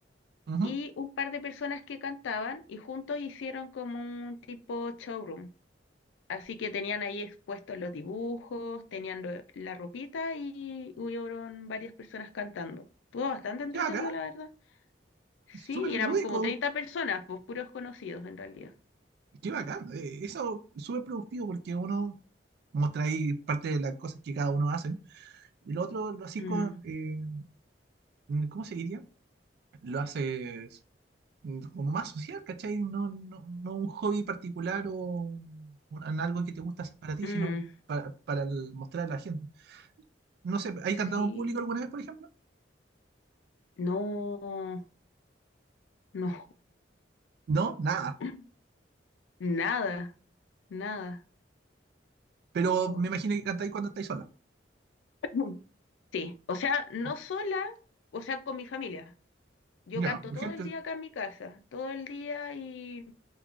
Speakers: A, on the right (about 60°); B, on the left (about 80°).
A: Ujú.
B: y un par de personas que cantaban y juntos hicieron como un tipo showroom. Así que tenían ahí expuestos los dibujos, tenían lo- la ropita y hubieron varias personas cantando. Estuvo bastante entretenido,
A: Yo acá
B: la verdad. Sí,
A: súper
B: y
A: lúdico,
B: éramos como treinta personas, pues puros conocidos en realidad.
A: qué bacán. eh, eso es súper productivo porque uno muestra ahí parte de las cosas que cada uno hace. Y lo otro lo haces
B: Mm,
A: con, eh, ¿cómo se diría? Lo haces mm, como más social, ¿cachai? No, no, no un hobby particular o un- en algo que te gusta hacer para ti,
B: mm,
A: sino para, para el- mostrar a la gente. No sé, ¿hay cantado
B: sí,
A: en público alguna vez, por ejemplo?
B: no, no,
A: No, nada.
B: <laughs> nada, nada.
A: Pero
B: Oh.
A: me imagino que cantáis cuando estáis sola.
B: <laughs> Sí, o sea, no
A: Como,
B: sola, o sea, con mi familia. Yo
A: Ya,
B: canto todo
A: gente,
B: el día acá en mi casa, todo el día y